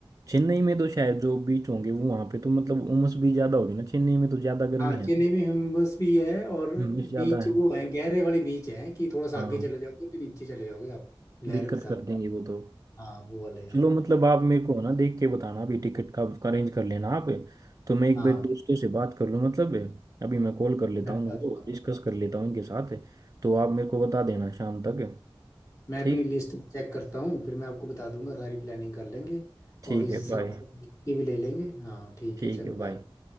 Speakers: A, on the right; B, on the left.
A: चेन्नई में तो शायद जो बीच होंगे वो वहाँ पे तो मतलब उमस भी ज्यादा होगी ना चेन्नई में तो ज्यादा गर्मी
B: हाँ
A: है
B: चेन्नई
A: ना
B: में ह्यूमस भी है और
A: उमस ज्यादा
B: बीच
A: है
B: वो है गहरे वाले बीच हैं कि थोड़ा सा
A: हाँ
B: आगे चले जाओगे तो नीचे चले जाओगे आप लहरों
A: दिक्कत
B: के साथ
A: कर देंगे वो तो
B: हाँ वो वाले हैं
A: चलो मतलब आप मेरे को ना देख के बताना अभी टिकट का अरेंज कर लेना आप तो मैं एक
B: हाँ
A: बार दोस्तों से बात कर लूँ मतलब अभी मैं कॉल कर लेता
B: मैं
A: हूँ
B: बता
A: उनको
B: दूंगा
A: डिस्कस कर लेता हूँ उनके साथ तो आप मेरे को बता देना शाम तक
B: मैं
A: ठीक
B: अपनी लिस्ट चेक करता हूँ फिर मैं आपको बता दूंगा सारी प्लानिंग कर लेंगे
A: ठीक
B: और इस
A: है
B: हिसाब
A: बाय
B: से छुट्टी भी ले लेंगे हाँ ठीक
A: ठीक
B: है चलो
A: है बाय
B: बाय